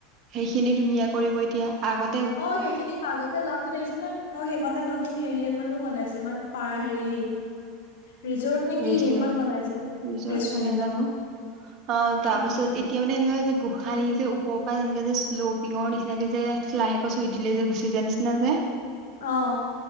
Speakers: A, on the right; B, on the left.
A: সেইখিনি ধুনীয়া কৰিব এতিয়া আগত
B: অ সেইখিনি মাজতে যাওঁতে দেখিছে ন অ সেইকটা নতুন হেৰি এখনো বনাইছে এখন প হেৰি ৰিজৰ্ট নে কি
A: ৰেষ্টুৰেণ্ট
B: সেইখন বনাইছে ৰেষ্টুৰেণ্ট
A: মানে জানো
B: অ
A: অ তাৰ
B: বনাইছে
A: পাছত এতিয়া মানে এনেকুৱা হয় হৈছে যে গোস নিী যে ওপৰ পৰা তেনেকে যে শ্ল'পিঙৰ নিচিনাকে যে লাহেক চুই দিলে যে গুচি যোৱা নিচিনা যে
B: অ